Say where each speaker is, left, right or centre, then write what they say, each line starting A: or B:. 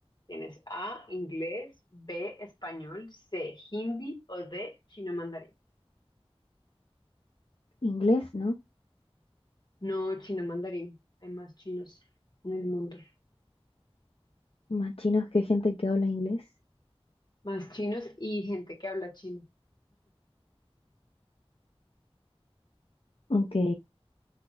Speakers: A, on the left; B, on the left.
A: Tienes A, inglés, B, español, C, hindi o D, chino mandarín.
B: Inglés, ¿no?
A: No, chino mandarín. Hay más chinos en el mundo.
B: Más chinos que gente que habla inglés.
A: Más chinos y gente que habla chino
B: Ok.